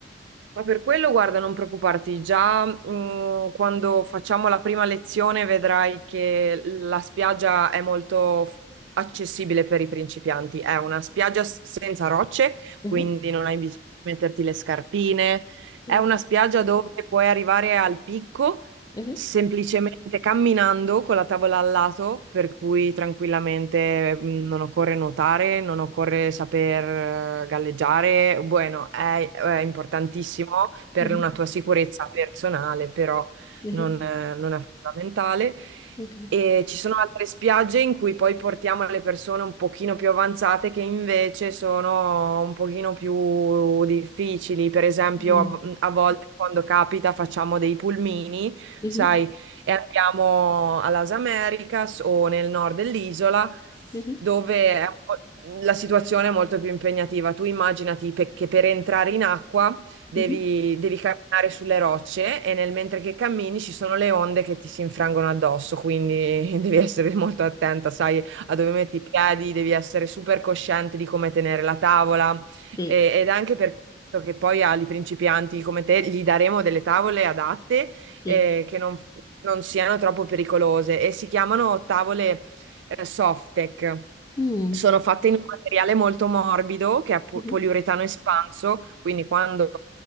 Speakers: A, on the right (about 80°); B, on the left (about 20°).
A: Ma per quello, guarda, non preoccuparti, già mh, quando facciamo la prima lezione vedrai che la spiaggia è molto f- accessibile per i principianti. È una spiaggia s- senza rocce,
B: Mhm,
A: quindi non hai bisogno di metterti le scarpine. È
B: Mm.
A: una spiaggia dove puoi arrivare al picco
B: mhm.
A: semplicemente camminando con la tavola al lato, per cui tranquillamente mh, non occorre nuotare, non occorre saper eh, galleggiare. Bueno, è, è importantissimo per
B: Mhm,
A: una tua sicurezza personale, però
B: mhm,
A: non, eh, non è fondamentale.
B: Ok.
A: E ci sono altre spiagge in cui poi portiamo le persone un pochino più avanzate che invece sono un pochino più difficili. Per esempio,
B: Mm.
A: a, a volte quando capita facciamo dei pulmini
B: Mhm,
A: sai, e andiamo a Las Americas o nel nord dell'isola,
B: mhm,
A: dove è un po' la situazione è molto più impegnativa. Tu immaginati pe- che per entrare in acqua devi,
B: mhm.
A: devi camminare sulle rocce e nel mentre che cammini ci sono le onde che ti si infrangono addosso, quindi <laughs> devi essere molto attenta, sai, a dove metti i piedi, devi essere super cosciente di come tenere la tavola
B: Sì,
A: e- ed è anche per questo che poi agli principianti come te gli daremo delle tavole adatte
B: sì.
A: eh, che non, non siano troppo pericolose e si chiamano tavole eh, Softec.
B: Mm.
A: Sono fatte in un materiale molto morbido che è po-
B: Mhm.
A: poliuretano espanso, quindi quando